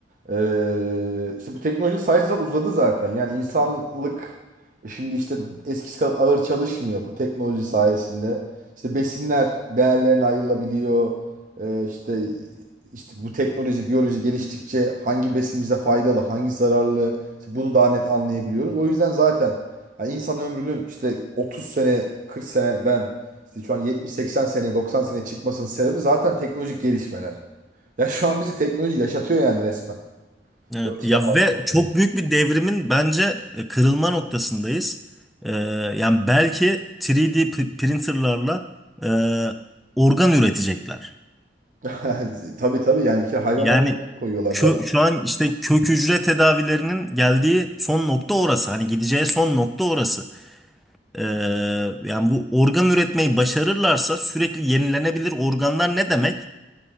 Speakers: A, on the right; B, in the centre.
A: Ee, işte bu teknoloji sayesinde uzadı zaten. Yani insanlık şimdi işte eskisi kadar ağır çalışmıyor bu teknoloji sayesinde. İşte besinler değerlerine ayrılabiliyor. Ee, işte işte bu teknoloji, biyoloji geliştikçe hangi besin bize faydalı, hangi zararlı işte bunu daha net anlayabiliyoruz. O yüzden zaten yani insan ömrünün işte 30 sene, 40 seneden işte şu an 70-80 sene, 90 sene çıkmasının sebebi zaten teknolojik gelişmeler. Ya şu an bizi teknoloji yaşatıyor yani resmen.
B: Evet
A: O yüzden
B: ya
A: başlıyor
B: ve çok
A: tamam.
B: büyük bir devrimin bence e, kırılma noktasındayız. Ee, yani belki 3D pr- printerlarla e, organ üretecekler.
A: <laughs> Tabii tabii yani ki hayvan
B: Yani
A: organına koyuyorlar
B: kö-
A: zaten.
B: şu an işte kök hücre tedavilerinin geldiği son nokta orası. Hani gideceği son nokta orası. Ee, yani bu organ üretmeyi başarırlarsa sürekli yenilenebilir organlar ne demek?